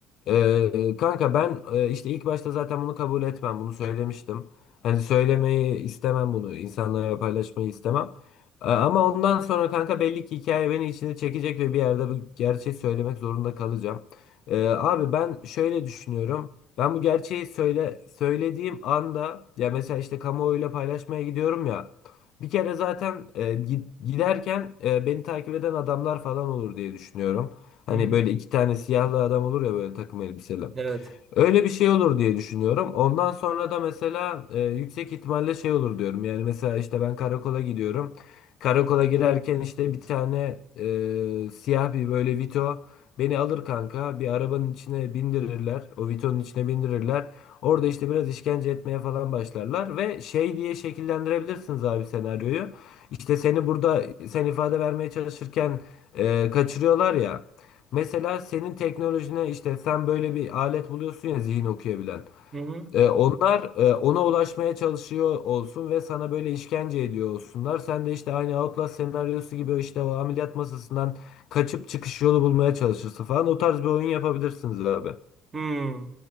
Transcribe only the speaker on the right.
Hı hı.
Evet.
Hı hı.
Hmm.